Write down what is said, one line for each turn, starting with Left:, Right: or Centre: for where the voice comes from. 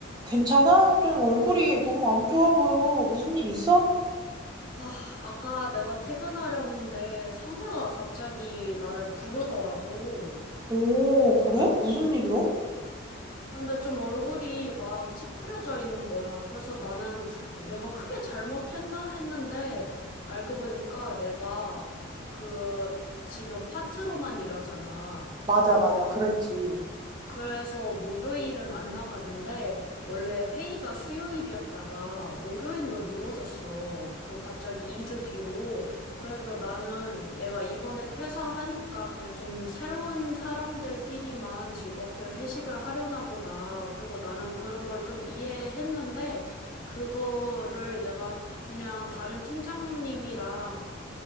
Right: 괜찮아? 좀 얼굴이 너무 안 좋아 보여. 무슨 일 있어?
Left: 아, 아까 내가 퇴근하려는데 상사가 갑자기 나를 부르더라고.
Right: 오, 그래? 무슨 일로?
Left: 근데 좀 얼굴이 막 찌푸려져 있는 거야. 그래서 나는 내가 크게 잘못했나 했는데 알고 보니까 내가 그 지금 파트로만 일하잖아.
Right: 맞아, 맞아. 그랬지.
Left: 그래서 목요일은 안 나가는데 원래 회의가 수요일이었다가 목요일로 미뤄졌어. 그 갑자기 2주 뒤로. 그래서 나는 내가 이번에 퇴사하니까 그냥 좀 새로운 사람들끼리만 즐겁게 회식을 하려나 보다. 그리고 나는 그런 걸 좀 이해했는데 그거를 내가 그냥 다른 팀장님이랑